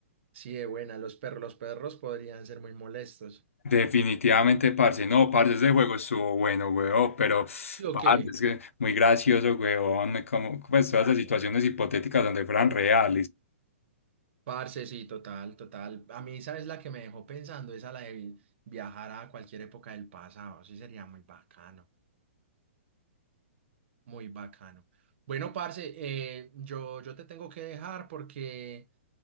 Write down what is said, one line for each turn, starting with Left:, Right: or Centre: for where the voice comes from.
Right: Sí, de buena, los perros, los perros podrían ser muy molestos.
Left: Definitivamente, parce. No, parce, ese juego estuvo bueno, weón, pero,
Right: ¿Lo
Left: parce,
Right: qué?
Left: es que muy gracioso, weón, como, pues, todas las situaciones hipotéticas donde fueran reales.
Right: Parce, sí, total, total. A mí, ¿sabes la que me dejó pensando? Esa la de vi- viajar a cualquier época del pasado. Sí, sería muy bacano, muy bacano. Bueno, parce, eh, yo, yo te tengo que dejar porque.